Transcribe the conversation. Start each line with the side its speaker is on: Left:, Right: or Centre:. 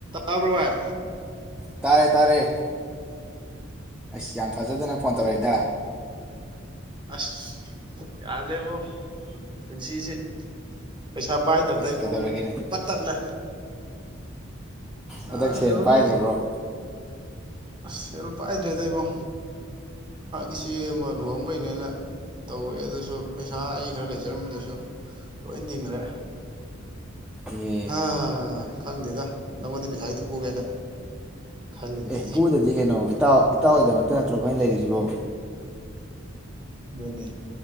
Right: ꯇꯥꯕ꯭ꯔ ꯕꯥꯏ
Centre: ꯇꯥꯔꯦ ꯇꯥꯔꯦ ꯑꯩꯁ ꯌꯥꯝ ꯊꯥꯖꯗꯅ ꯐꯣꯟ ꯇꯧꯔꯛꯏꯗ
Right: ꯑꯁ ꯌꯥꯗ꯭ꯔꯦꯕꯣ ꯄꯨꯟꯁꯤꯁꯦ ꯄꯩꯁꯥ ꯄꯥꯏꯗꯕ
Centre: ꯑꯁ
Right: ꯏꯕꯣ
Centre: ꯀꯩꯗꯧꯔꯒꯦꯅꯦ
Right: ꯄꯠ ꯇꯠꯂꯦ ꯀꯩꯅꯣꯒꯤ
Centre: ꯍꯟꯗꯛ ꯁꯦꯜ ꯄꯥꯏꯗ꯭ꯔꯕ꯭ꯔꯣ
Right: ꯑꯁ ꯁꯦꯜ ꯄꯥꯏꯗ꯭ꯔꯦꯗ ꯏꯕꯣ ꯏꯆꯦ ꯑꯃ ꯂꯨꯍꯣꯡꯕꯩꯅꯦꯅ ꯇꯧꯋꯦ ꯑꯗꯨꯁꯨ ꯄꯩꯁꯥ ꯑꯩ ꯈꯔ ꯂꯩꯖꯔꯝꯕꯗꯨꯁꯨ ꯂꯣꯏ ꯇꯤꯡꯈ꯭ꯔꯦ
Centre: ꯑꯦ
Right: ꯍꯥ ꯈꯪꯗꯦꯗ ꯅꯪꯉꯣꯟꯗ ꯄꯩꯁꯥ ꯈꯤꯇ ꯄꯨꯒꯦꯅ ꯈꯜꯂꯤꯅꯦ
Centre: ꯑꯦ ꯄꯨꯗꯗꯤ ꯀꯩꯅꯣ ꯏꯇꯥꯎ ꯏꯇꯥꯎꯒꯤꯗꯃꯛꯇ ꯅꯠꯇ꯭ꯔꯣ ꯑꯩꯈꯣꯏꯅ ꯂꯩꯔꯤꯁꯤꯕꯣ
Right: ꯑꯗꯨꯅꯦ